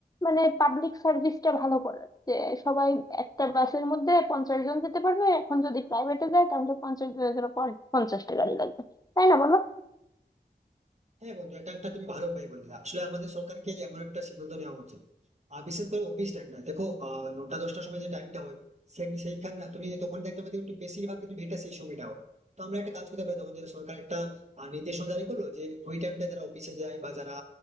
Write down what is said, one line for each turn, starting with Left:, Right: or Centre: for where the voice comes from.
Left: মানে পাবলিক সার্ভিসটা ভালো করা যে সবাই একটা বাসের মধ্যে পঞ্চাশ জন যেতে পারবে এখন যদি প্রাইভেটে যায় তাহলে পঞ্চাশ জনের জন্য পন- পঞ্চাশটা গাড়ি লাগবে তাই না বলো
Right: হ্যাঁ বন্ধু এটা একটা তুমি ভালো উপায় বললে আসলে আমাদের সরকারকে এমন একটা সিদ্ধান্ত নেওয়া উচিত আর বিশেষ করে অফিস টাইমটা দেখো আহ, নটা দশটার সময় যে টাইমটা হয় সেই- সেইখানে তুমি তখন দেখতে পাবে একটু বেশিরভাগ কিন্তু ভিড়টা সেই সময়টা হয় তো আমরা একটা কাজ করতে পারি তখন যে সরকার একটা আহ, নির্দেশনা জারি করলো যে ওই টাইমটা যারা অফিসে যায় বা যারা